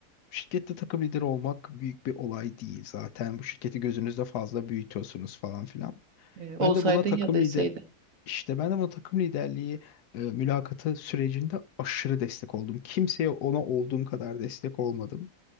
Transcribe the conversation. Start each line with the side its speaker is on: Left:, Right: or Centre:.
Left: şirkette takım lideri olmak büyük bir olay değil zaten. Bu şirketi gözünüzde fazla büyütüyorsunuz falan filan.
Right: e, olsaydın
Left: Ben de buna takım
Right: ya deseydin.
Left: lider işte ben de buna takım liderliği e, mülakatı sürecinde aşırı destek oldum. Kimseye ona olduğum kadar destek olmadım.